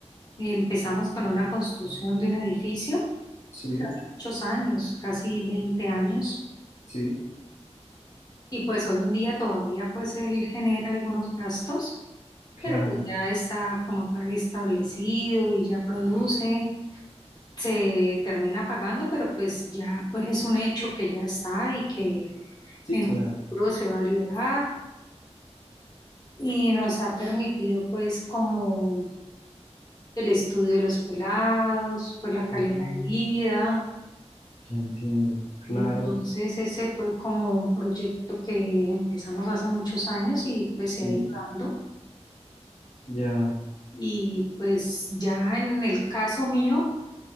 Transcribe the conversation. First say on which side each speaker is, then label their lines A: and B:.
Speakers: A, on the left (about 35°); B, on the left (about 75°).
A: eh, empezamos con una construcción de un edificio
B: Sí,
A: desde hace muchos años, casi 20 años,
B: sí,
A: y pues hoy en día todavía pues él genera algunos gastos
B: Claro,
A: pero pues ya está como tal establecido y ya produce, se termina pagando, pero pues ya pues es un hecho que ya está y que
B: sí,
A: en
B: claro,
A: un futuro se va a liberar y nos ha permitido pues como el estudio de los pelados, pues la calidad
B: ah,
A: de vida.
B: ya entiendo, claro,
A: Entonces ese fue como un proyecto que empezamos hace muchos años y pues se
B: sí,
A: ha ido dando.
B: ya,
A: Y pues ya en el caso mío,